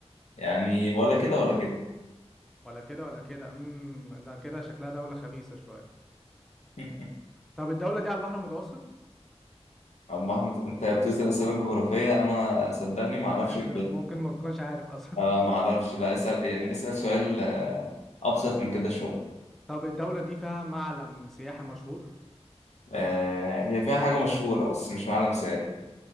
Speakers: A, on the left (about 85°); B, in the centre.
A: يعني ولا كده ولا كده
B: ولا كده ولا كده امم ده كده شكلها دولة خبيثة شوية
A: <laughs>
B: طب الدولة دي على البحر المتوسط
A: عم احمد انت بتسأل أسئلة جغرافية انا صدقني ما اعرفش
B: انت
A: البيت
B: ممكن ما بتكونش عارف اصلا
A: اه
B: <laughs>
A: ما اعرفش لا اسأل يعني اسأل سؤال آه، ابسط من كده شوية
B: طب الدولة دي فيها معلم سياحي مشهور
A: آه هي فيها حاجة مشهورة بس مش معلم سائل